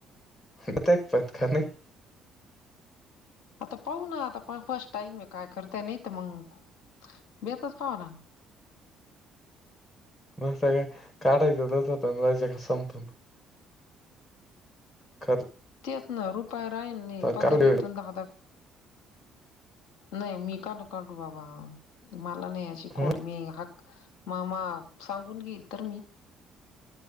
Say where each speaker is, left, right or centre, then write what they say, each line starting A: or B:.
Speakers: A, on the left; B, on the left.
A: हिडतेक पतं करं नाहीं तं.
B: आंता पाहूंन नां आंता प फर्स्ट टाईम आहे कायं करतांय नाहीं तरं मंग बेतचं पाहनां.
A: नस्तं कायं काढायचं देतात रायचं कां संपून. खातंय.
B: तेचं नां रुपय राहील नाहीं पगांर
A: काढून
B: येतूंन दाहादां नाहीं मी कांल काढूं बाबां मलां नाहीं येतं. चिकोड
A: हम्
B: मी हां मामा सांगून घेईल तरं मी.